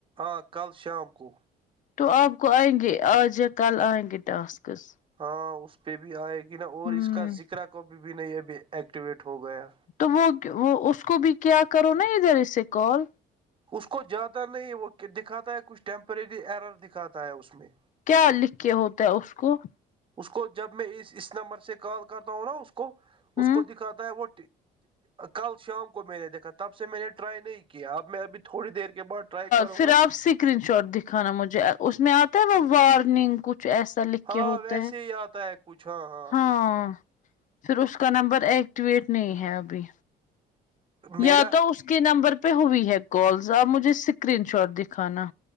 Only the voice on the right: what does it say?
آ کل شام کو
ہاں اس پہ بھی آئے گی نا اور
اس کا ذکرا کاپ بھی نہیں ابھی ایکٹیویٹ ہو گیا
اس کو جیادا نہیں وہ دکھاتا ہے کچھ ٹیمپریری ایرر دکھاتا ہے اس میں
اس کو جب میں اس اس نمبر سے کال کرتا ہوں نا اس کو
اس کو دکھاتا ہے وہ کل شام کو میں نے دیکھا تب سے میں نے ٹرائی نہیں کیا اب میں ابھی تھوڑی دیر کے بعد ٹرائی کرو
گا
ہاں
ویسے
آتا ہے کچھاں ہاں
میرا